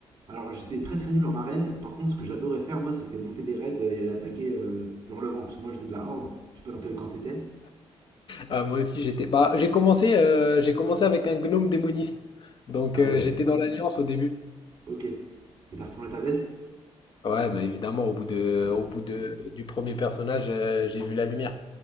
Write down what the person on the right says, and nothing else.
Alors j'étais très très nul en arène. Par contre, ce que j'adorais faire, moi, c'était monter des raids et aller attaquer euh, Hurlevent. Parce que moi, j'étais de la horde. Je sais pas dans quel camp t'étais.
Ah
ouais,
ok. Et t'as retourné ta veste
Ouais,